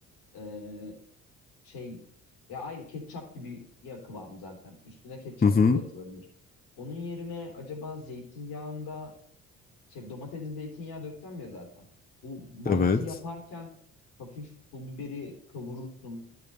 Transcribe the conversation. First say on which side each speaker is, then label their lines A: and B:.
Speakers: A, on the left (about 75°); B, on the left (about 25°).
A: e, şey ya ayrı ketçap gibi ya kıvamı zaten. Üstüne ketçap
B: Hı hı.
A: gibi atılabilir. Onun yerine acaba zeytinyağında şey domatesli zeytinyağı dökeceğim ya zaten. Bu mantı
B: Evet.
A: yaparken hafif pul biberi kavurursun.